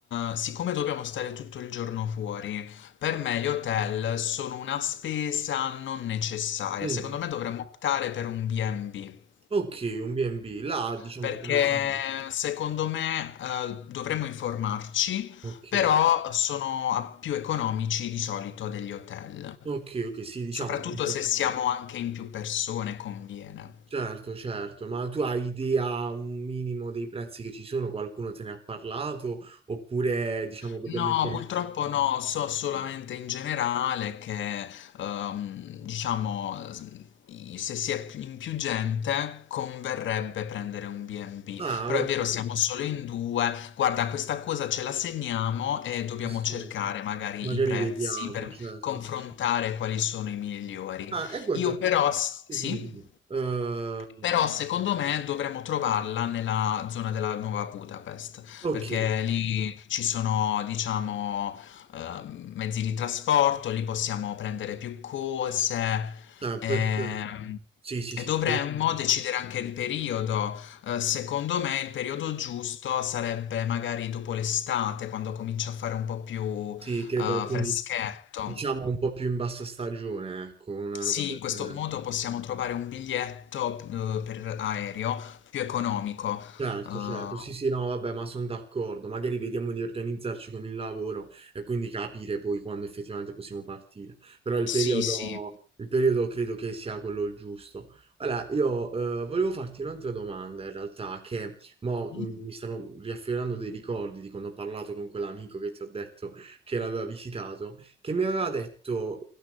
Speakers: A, on the left (about 70°); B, on the right (about 30°).
A: eh, siccome dobbiamo stare tutto il giorno fuori, per me gli hotel sono una spesa non necessaria.
B: Mm.
A: Secondo me dovremmo optare per un B&B,
B: Ok, un B&B, là diciamo
A: perché
B: come sono.
A: secondo me, eh, dovremmo informarci,
B: Ok,
A: però sono a- più economici di solito degli hotel,
B: ok, ok, sì, diciamo
A: soprattutto
B: un po'
A: se
B: come...
A: siamo anche in più persone, conviene.
B: Certo, certo, ma tu hai idea un minimo dei prezzi che ci sono? Qualcuno te ne ha parlato? Oppure diciamo dobbiamo
A: No,
B: imparare?
A: purtroppo no, so solamente in generale che, ehm, diciamo, s- i- se si è pi- in più gente converrebbe prendere un B&B,
B: Ah,
A: però
B: ok.
A: è vero, siamo Sì. solo in due, guarda, questa cosa ce la segniamo e dobbiamo
B: Sì, sì.
A: cercare magari
B: Magari
A: i prezzi
B: vediamo,
A: per
B: certo.
A: confrontare
B: sì, sì.
A: quali sono i migliori.
B: Ah, e guarda,
A: Io però,
B: sì,
A: s- sì?
B: dimmi, dimmi. Ehm,
A: Però secondo me dovremmo trovarla nella zona della Nuova Budapest,
B: ok,
A: perché lì ci sono, diciamo, eh, mezzi di trasporto, lì possiamo prendere più cose.
B: ah,
A: ehm,
B: perfetto. Sì, sì,
A: E
B: sì,
A: dovremmo decidere anche il periodo. Eh, secondo me il periodo giusto sarebbe magari dopo l'estate, quando comincia a fare un po' più
B: sì, credo,
A: eh,
B: quindi
A: freschetto.
B: diciamo un po' più in bassa stagione, ecco, una
A: Sì,
B: roba del
A: in questo
B: genere.
A: modo possiamo trovare un biglietto, uhm, per aereo più economico.
B: Certo,
A: Uhm,
B: certo, sì, sì, no, vabbè, ma sono d'accordo. Magari vediamo di organizzarci con il lavoro e quindi capire poi quando effettivamente possiamo partire. Però il
A: sì,
B: periodo,
A: sì.
B: il periodo credo che sia quello il giusto. Allora, io eh, volevo farti un'altra domanda in realtà, che mo,
A: Mh.
B: mh, mi stanno riaffiorando dei ricordi di quando ho parlato con quell'amico che ti ho detto che l'aveva visitato, che mi aveva detto